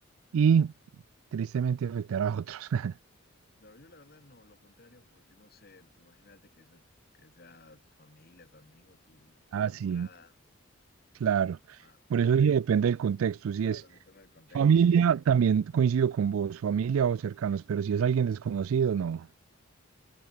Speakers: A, on the right; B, on the left.
A: y tristemente afectar a otros. <laughs>
B: Claro, yo la verdad no, lo contrario, porque no sé, pues imagínate que, eso- que sea tu familia, tu amigo, tu, tu
A: Ah,
B: enamorada,
A: sí, claro.
B: mamá
A: Por eso sí depende del contexto. Si
B: Claro,
A: es
B: depende del contexto.
A: familia, también coincido con vos, familia o cercanos, pero si es alguien desconocido, no.